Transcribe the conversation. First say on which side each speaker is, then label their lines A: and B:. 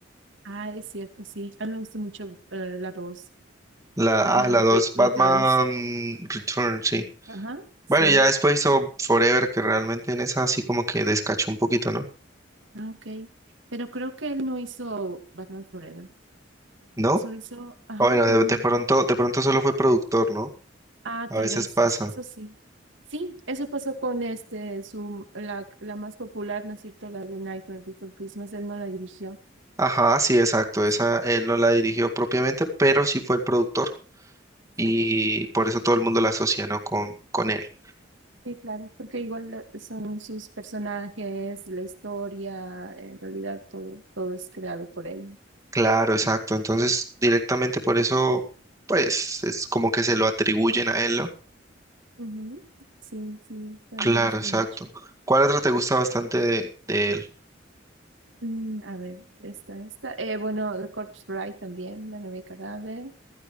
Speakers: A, on the right; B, on the right.
A: Ah, es cierto, sí. A mí me gustó mucho eh, la 2
B: La,
A: Batman
B: ah, la 2.
A: Re-
B: Batman
A: Returns.
B: Return, sí.
A: Ajá, sí.
B: Bueno, y ya después hizo Forever, que realmente en esa así como que descachó un poquito, ¿no?
A: Ah, ok. Pero creo que él no hizo Batman Forever.
B: ¿No?
A: Solo hizo, ajá,
B: O Bueno, de,
A: no, no.
B: de pronto, de pronto solo fue productor, ¿no?
A: Ah,
B: A
A: tal
B: veces
A: vez,
B: pasa.
A: sí, eso sí. Sí, eso pasó con este, su, la, la más popular, ¿no es cierto? La de Nightmare Before Christmas, él no la dirigió.
B: Ajá, sí, exacto.
A: Sí,
B: Esa él no la dirigió propiamente, pero sí fue el productor
A: exacto.
B: y por eso todo el mundo la asocia, ¿no? Con, con él.
A: Sí, claro, porque igual eh, son sus personajes, la historia, en realidad todo, todo es creado por él.
B: Claro, exacto.
A: Entonces,
B: Entonces,
A: eh,
B: directamente por eso, pues, es como que se lo atribuyen a él, ¿no?
A: ujú, Sí, sí, pero
B: Claro,
A: me gusta
B: exacto.
A: mucho.
B: ¿Cuál otra te gusta bastante de, de él?
A: Mm, a ver, esta, esta. Eh, bueno, The Corpse Bride también, La novia cadáver.